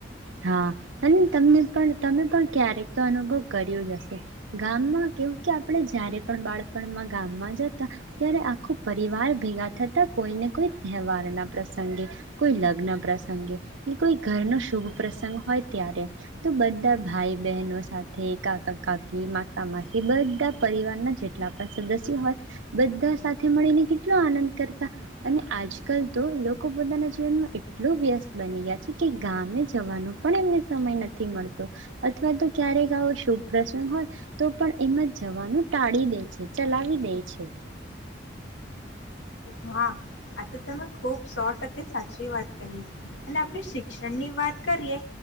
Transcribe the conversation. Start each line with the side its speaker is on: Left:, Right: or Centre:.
Right: હા અને તમને પણ તમે પણ ક્યારેક તો અનુભવ કર્યો જ હશે. ગામમાં કેવું કે આપણે જ્યારે પણ બાળપણમાં ગામમાં જતા, ત્યારે આખુ પરિવાર ભેગા થતા, કોઈને કોઈ તહેવારના પ્રસંગે કોઈ લગ્ન પ્રસંગે કે કોઈ ઘરનો શુભ પ્રસંગ હોય, ત્યારે તો બધા ભાઈ, બહેનો સાથે કાકા, કાકી, માસા, માસી બધા પરિવારના જેટલા પણ સદસ્ય હોય, બધા સાથે મળીને કેટલો આનંદ કરતા, અને આજકાલ તો લોકો પોતાના જીવનમાં એટલુ વ્યસ્ત બની ગયા. કે ગામે જવાનો પણ એમને સમય નથી મળતો. અથવા તો ક્યારે આવો શુભ પ્રસંગ હોય. તો પણ એમાં જવાનું ટાળી દે છે. ચલાવી દે છે.
Left: હા આ તો તમે ખુબ સો ટકે સાચી વાત કહી. અને આપણે શિક્ષણની વાત કરીએ